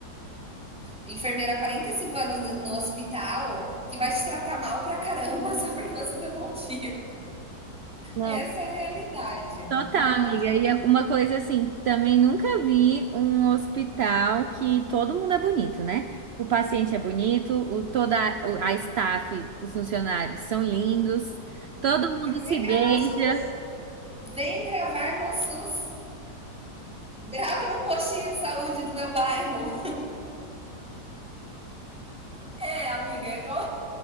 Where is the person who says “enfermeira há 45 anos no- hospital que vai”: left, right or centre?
Centre